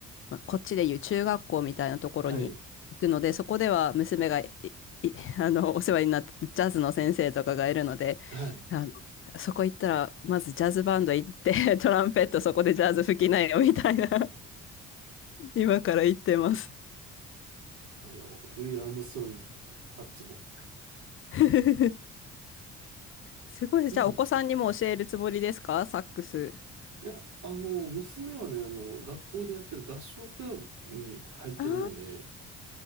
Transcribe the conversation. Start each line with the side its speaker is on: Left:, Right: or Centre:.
Left: まあ、こっちでいう中学校みたいなところに行くので、
Right: はい。
Left: そこでは娘がい、い <laughs> あの、お世話になったジャズの先生とかがいるので、
Right: はい。
Left: あの、そこ行ったら、まずジャズバンド行って、<laughs> トランペットそこでジャズ吹きなよ、みたいな、<laughs> 今から言ってます。
Right: あの、ルイ・アームストロングですね。サッチも。
Left: <laughs> すごいです。
Right: でも、
Left: じゃあ、お子さんにも教えるつもりですかサックス。
Right: いや、あの、娘はね、あの、学校でやってる合唱クラブに入ってるので、
Left: あー